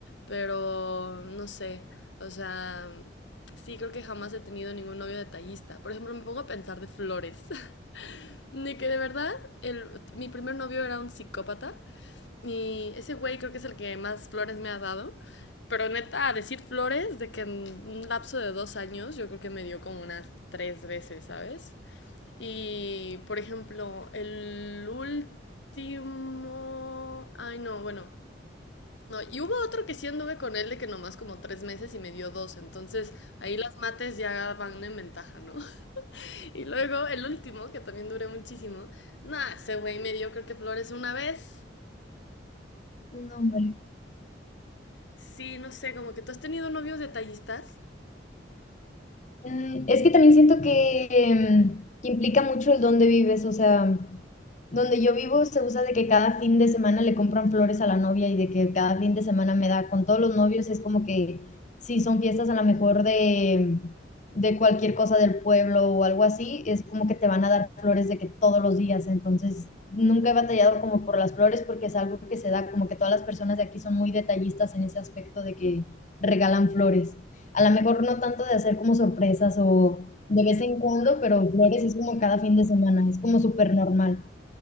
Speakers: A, on the left; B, on the left.
A: Pero, no sé. O sea, sí, creo que jamás he tenido ningún novio detallista. Por ejemplo, me pongo a pensar de flores. <laughs> De que de verdad, el, mi primer novio era un psicópata. Y ese güey creo que es el que más flores me ha dado. Pero neta, a decir flores, de que en un lapso de dos años, yo creo que me dio como unas tres veces, ¿sabes? Y, por ejemplo, el último... Ay, no, bueno, no, y hubo otro que sí anduve con él de que nomás como tres meses y me dio dos, entonces ahí las mates ya van en ventaja, ¿no? <laughs> Y luego el último, que también duré muchísimo, nada, ese güey me dio creo que flores una vez.
B: No, hombre.
A: Sí, no sé, como que tú has tenido novios detallistas.
B: Mm, es que también siento que, em, que implica mucho el dónde vives, o sea, donde yo vivo se usa de que cada fin de semana le compran flores a la novia y de que cada fin de semana me da con todos los novios, es como que si son fiestas a lo mejor de, de cualquier cosa del pueblo o algo así, es como que te van a dar flores de que todos los días, entonces nunca he batallado como por las flores porque es algo que se da, como que todas las personas de aquí son muy detallistas en ese aspecto de que regalan flores. A lo mejor no tanto de hacer como sorpresas o de vez en cuando, pero flores es como cada fin de semana, es como súper normal